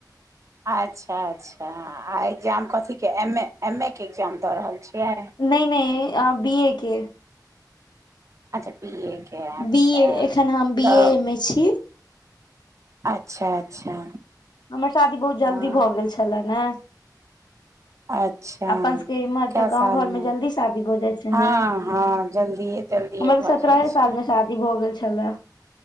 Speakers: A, on the right; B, on the left.
A: अच्छा अच्छा आ एग्जाम कथीके, एम ए एम ए के एग्जाम दऽ रहल छियै।
B: नै नै बी ए के।
A: अच्छा बीए के अच्छा
B: बी ए एखन हम बी
A: तब
B: ए मे छी
A: अच्छा अच्छा।
B: हमर शादी बहुत जल्दी
A: हँ
B: भऽ गेल छले ने।
A: <inaudible> अच्छा
B: अपन सबके इम्हर
A: कए
B: तऽ गाँंव
A: सालमे,
B: घर मे जल्दी शादी भऽ जाइ छै
A: हँ
B: ने
A: हँ जल्दिये। जल्दिए
B: हमर
A: भऽ
B: तऽ सत्रहे
A: जाइ
B: साल
A: छै।
B: मे शादी भऽ गेल छलै।